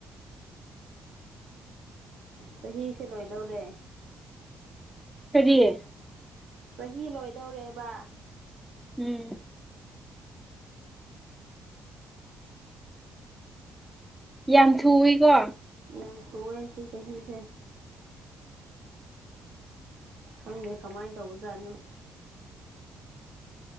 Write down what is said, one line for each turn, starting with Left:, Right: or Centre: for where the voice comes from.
Right: ꯆꯍꯤꯁꯦ ꯂꯣꯏꯗꯧꯔꯦ
Centre: ꯀꯔꯤꯌꯦ
Right: ꯆꯍꯤ ꯂꯣꯏꯗꯧꯔꯦꯕ
Centre: ꯎꯝ ꯌꯥꯝ ꯊꯨꯏꯀꯣ
Right: ꯌꯥꯝ ꯆꯑꯦ ꯁꯤ ꯆꯍꯤꯁꯦ ꯈꯪꯗꯦ ꯀꯃꯥꯏꯅ ꯇꯧꯕꯖꯥꯠꯅꯣ